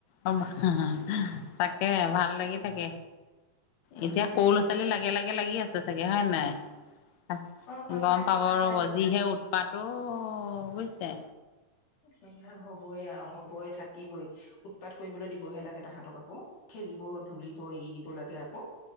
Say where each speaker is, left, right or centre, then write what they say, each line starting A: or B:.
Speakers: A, on the left; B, on the left.
A: <unintelligible> তাকে ভাল লাগি থাকে।
B: নহয়
A: এতিয়া সৰু
B: কেলে
A: ল'ৰা-ছোৱালী লাগে-লাগে লাগি আছে চাগে হয় নাই? অ,
B: সঁচাকে
A: গম পাব
B: সঁচাকে
A: ৰব যিহে উৎপাতো বুইছে?
B: সেইবিলাক হ'বই আৰু হ'বই। থাকিবই উৎপাত কৰিবলৈ দিবহে লাগে তাহাঁতক আকৌ খেলিব ধুলিব এৰি দিব লাগে আকৌ